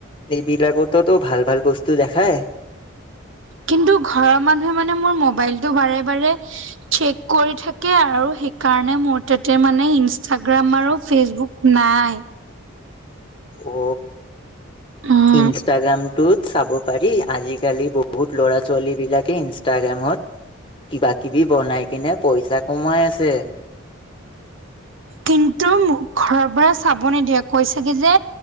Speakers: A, on the left; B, on the right.
A: এইবিলাকটোতো ভাল ভাল বস্তু দেখায়।
B: কিন্তু ঘৰৰ মানুহে মানে মোৰ মোবাইলতটো বাৰে বাৰে চেক কৰি থাকে আৰু সেইকাৰণে মোৰ তাতে মানে ইনষ্টাগ্ৰাম আৰু ফেচবুক নাই।
A: অ।
B: উম
A: ইনষ্টাগ্ৰামটোত চাব পাৰি। আজি-কালি বহুত ল'ৰা-ছোৱালীবিলাকে ইনষ্টাগ্ৰামত কিবা-কিবি বনাই কিনে পইচা কমাই আছে।
B: কিন্তু মোক ঘৰৰ পৰা চাব নিদিয়ে। কৈছে কি যে